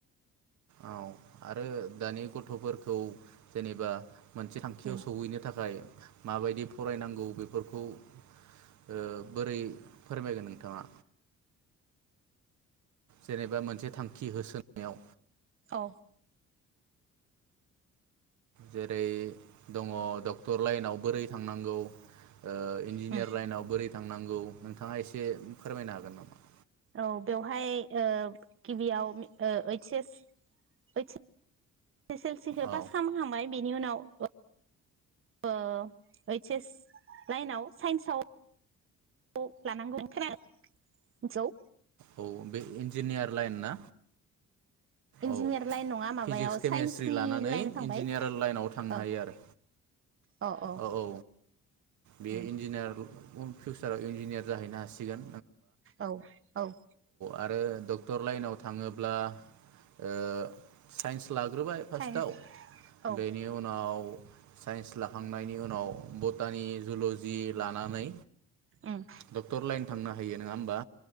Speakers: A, on the right (about 70°); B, on the right (about 45°).
A: औ आरो दानि गथ'फोरखौ जेनेबा मोनसे थांखियाव
B: उम
A: सौहैनो थाखाय मा बादि फरायनांगौ गो फोरखौ ओ बोरै फोरमायगोन नोंथाङा? जेनेबा मोनसे थांखि होसोनायाव
B: औ
A: जेरै दङ डक्टर लाइनाव बोरै थांनांगौ ओ इन्जिनियार
B: उम
A: लाइनाव बोरै थांनांगौ नोंथाङा एसे फोरमायनो हागोन नामा
B: औ बेवहाय गिबियाव ओ ओइस एस ओइस एस एल सिखो
A: औ
B: पास खामखांबाय बेनि उनाव ओ ओइस एस लाइनाव साइन्सआव लानांगौ खोनादों हेलौ
A: औ बे इन्जिनियार लाइन ना
B: इन्जिनियार
A: औ
B: लाइन नङा माबायाव
A: फिजिक्स केमेस्ट्रि
B: साइन्सनि
A: लानानै
B: लाइनाव थांबाय
A: इन्जिनियार लाइनाव थांनो
B: ओ
A: हायोआरो
B: अ अ
A: औ औ बे
B: उम
A: इन्जिनियार उन फिउ साराव इन्जिनियार जाहैनो हसिगोन
B: औ औ
A: आरो डक्टर लाइनाव थाङोब्ला ओ साइन्स लाग्रोबाय फार्स्टआव
B: साइन्स औ
A: बेनि उनाव साइन्स लाखांनायनि उनाव बटानि जुलजि लानानै
B: उम
A: डक्टर लाइन थांनो हायो नङा होनबा